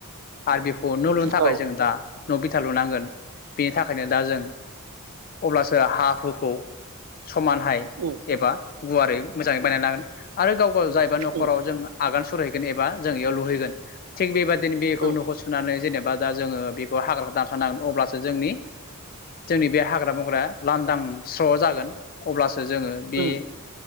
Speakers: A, on the left (about 40°); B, on the right (about 85°).
A: आरो बेखौ न' लुनो थाखाय
B: औ
A: जों दा न' बिथा लुनांगोन बेनि थाखायनो दा जों अब्लासो हा हुखौ समानहाय
B: उम
A: एबा गुवारै बानायना लागोन आरो गाव गाव जायबा न'खराव
B: उम
A: जों आगान सुरहैगोन एबा जों बेयाव लुहै गोन थिग बेबादि दिनै बेखौ
B: उम
A: न'खौ सुनानै जेने बा जोङो बेखौ हाग्राखौ दानथारनांगोन अब्लासो जोंनि जोंनि बे हाग्रा बंग्राया लांदां स्र' जागोन अब्लासो जोङो बे
B: उम